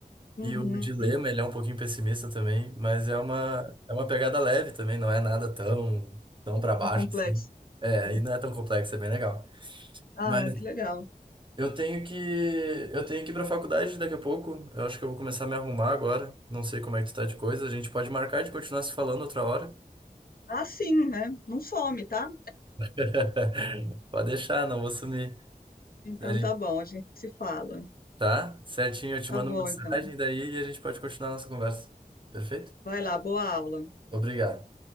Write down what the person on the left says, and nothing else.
Uhum.
Tão complexo.
Hum.
Ah,
que legal.
Ah, sim, né? Não some, tá?
Então
tá bom, a gente se fala.
Tá
bom,
então.
Vai lá, boa aula.